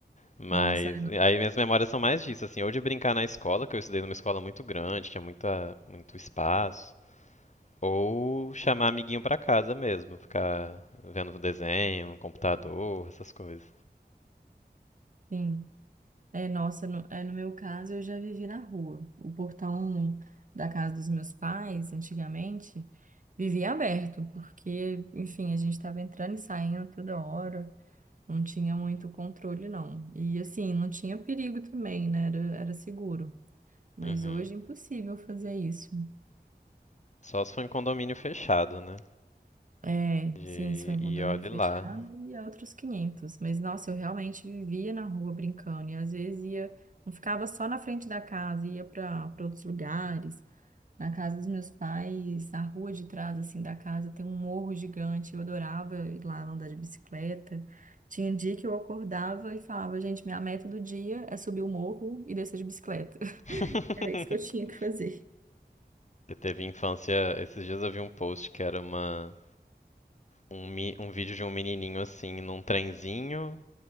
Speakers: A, on the left; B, on the right.
A: Mas
B: Nossa,
A: aí minhas memórias são mais disso, assim, ou de brincar na escola, que eu estudei numa escola muito grande, tinha muita, muito espaço, ou chamar amiguinho pra casa mesmo, ficar vendo desenho, no computador, essas coisas.
B: sim. É, nossa, no, é, no meu caso, eu já vivi na rua. O portão da casa dos meus pais, antigamente, vivia aberto, porque, enfim, a gente estava entrando e saindo toda hora, não tinha muito controle, não. E, assim, não tinha perigo também, né? Era, era seguro. Mas
A: Uhum.
B: hoje é impossível fazer isso.
A: Só se for em condomínio fechado, né?
B: É,
A: De-
B: sim, se for em
A: E
B: condomínio
A: olhe
B: fechado,
A: lá.
B: e é outros quinhentos Mas, nossa, eu realmente vivia na rua brincando, e às vezes ia. Não ficava só na frente da casa, ia para outros lugares. Na casa dos meus pais, a rua de trás, assim, da casa tem um morro gigante. Eu adorava ir lá andar de bicicleta. Tinha um dia que eu acordava e falava, gente, minha meta do dia é subir o morro e descer de bicicleta. <laughs>
A: <laughs>
B: Era isso que eu tinha que fazer.
A: Você teve infância. Esses dias eu vi um post que era uma, um, mi- um vídeo de um menininho assim, num trenzinho,